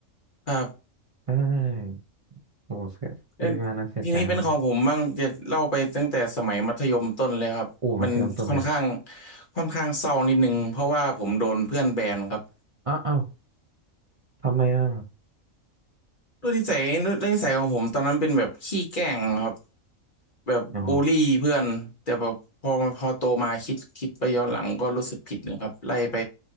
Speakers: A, on the left (about 40°); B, on the right (about 50°).
A: รับ
B: ใช่โอ้เสียคืองานนั้นเสียใจมาก
A: เอ้ยทีนี้เป็นของผมบ้างจะเล่าไปตั้งแต่สมัยมัธยมต้นเลยครับมันค่อนข้าง
B: อู้มาเทียมต้นเลย
A: ค่อนข้างเศร้านิดนึงเพราะว่าผมโดนเพื่อนแบนครับ
B: อ้าวอ้าวทำไมอ่ะ
A: ด้วยนิสัยด้วยนิสัยของผมตอนนั้นเป็นแบบขี้แกล้งครับแบบบูลลี่เพื่อนแต่แบบพอพอโตมาคิดคิดไปย้อนหลังก็รู้สึกผิดนะครับไล่ไป
B: อ๋อ